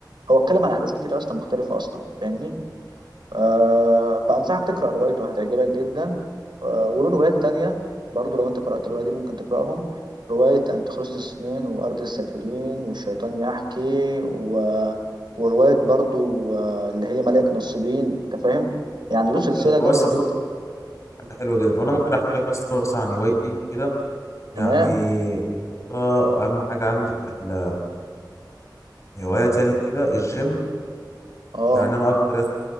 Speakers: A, on the right; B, on the left.
A: هو اتكلم عن أحداث كتير أصلا مختلفة أصلا فاهمني آه، فأنصحك تقرأ روايته هتعجبك جدا آه، وله روايات تانية برضو لو أنت قرأت الرواية دي ممكن تقرأهم رواية أنتيخريستوس نين وأرض السافلين والشيطان يحكي و... ورواية برضو آه، اللي هي ملائكة نصيبين أنت فاهم يعني له سلسلة
B: حلو طب
A: جامدة
B: أصلا
A: جدا
B: برضه حاجة حلوة جدا طب أنا ممكن أحكي لك أصلا مثلا عن هوايتي كده يعني
A: تمام
B: ده أهم حاجة عندي في ال- الهوايات يعني وكده الجيم
A: أه
B: يعني أنا أكتر يس-